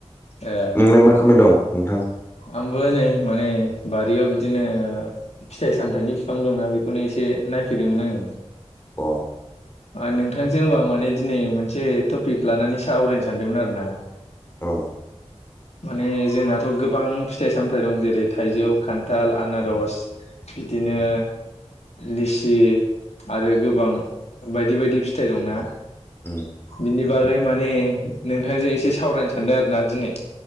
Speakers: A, on the left; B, on the left.
A: ए
B: नोंलाय मा खामानि दं नोंथां
A: आंबो नै माने बारियाव बिदिनो फिथाइ सामथायाइनि बिफां दंना बेखौनो एसे नायफैदोंमोन आङो
B: अ
A: नोंथांजों हबा माने दिनै मोनसे टपिक लानानै साहा आवरायनो सानदोंमोन आरो ना
B: औ
A: माने जोंनाथ' गोबां फिथाइ सामथायाइ दं जेरै थाइजौ खान्थाल आनारस बिदिनो लिसि आरो गोबां बायदि बायदि फिथाइ दंना
B: उम
A: बिनि बागै माने नोंथांजों एसे सावरायनो सानदों आरोना दिनै